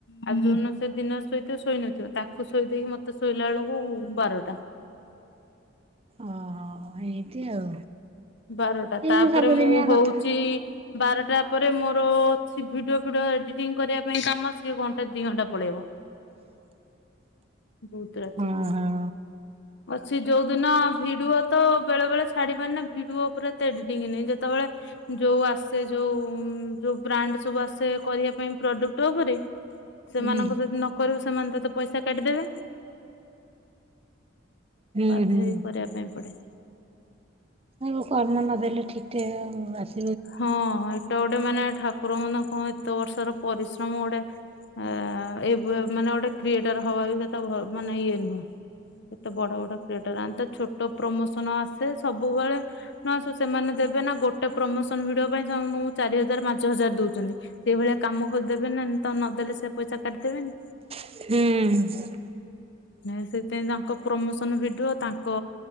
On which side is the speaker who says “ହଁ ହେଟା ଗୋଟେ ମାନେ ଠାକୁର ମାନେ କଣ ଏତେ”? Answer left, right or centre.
Left